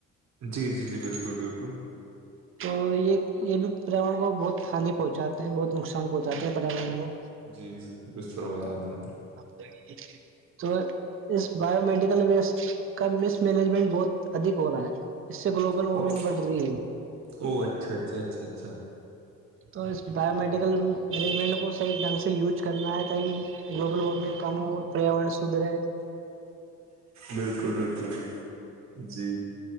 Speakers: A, on the right; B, on the right.
A: جی جی جی بالکل بالکل
B: تو یہ یہ بھی پریاورن کو بہت ہانی پہنچاتے ہیں بہت نقصان پہنچاتے ہیں پریاورن ل کو
A: جی جی بالک فرمایاد میں
B: <unintelligible> تو اس بایو مڈیکل ویسٹ کا مس مینجمنٹ بہت ادھک ہو رہا ہے اس سے گلوبل
A: او
B: وارمنگ بڑھ رہی ہے
A: او اچھا اچھا اچھا اچھا
B: تو اس بایو میڈیکل مینجمنٹ کو صحیح ڈھنگ سے یوج کرنا ہے ت ہی گلوبل وارمنگ کام ہو پریاورر سدھ رہے
A: بالکل بالکل جی